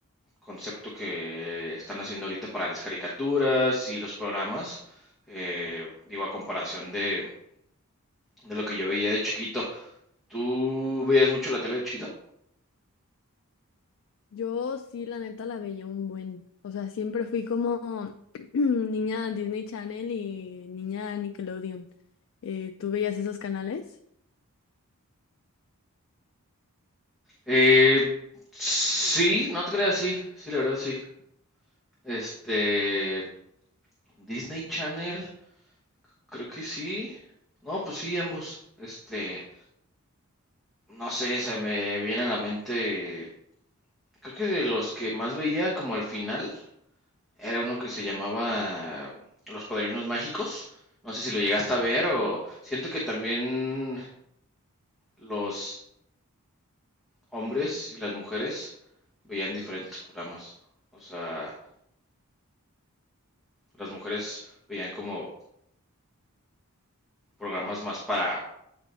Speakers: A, in the centre; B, on the left.
A: concepto que están haciendo ahorita para las caricaturas y los programas, eh, digo, a comparación de, de lo que yo veía de chiquito. ¿Tú veías mucho la tele de chiquito?
B: Yo sí, la neta, la veía un buen. O sea, siempre fui como <clears throat> niña Disney Channel y niña Nickelodeon. Eh, ¿tú veías esos canales?
A: Eh, sí, no te creas, sí, sí, la verdad sí. Este, Disney Channel, creo que sí. No, pues sí, ambos. Este, no sé, se me viene a la mente, creo que de los que más veía como al final, Era uno que se llamaba Los Padrinos Mágicos. No sé si lo llegaste a ver o siento que también los hombres y las mujeres veían diferentes programas. O sea, las mujeres veían como programas más para